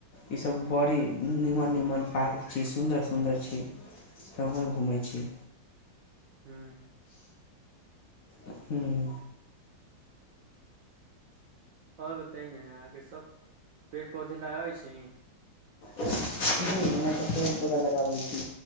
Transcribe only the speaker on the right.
ह्म्म।
और बताई ने अहाँ के सब पेड़-पौधे लगाबै छी।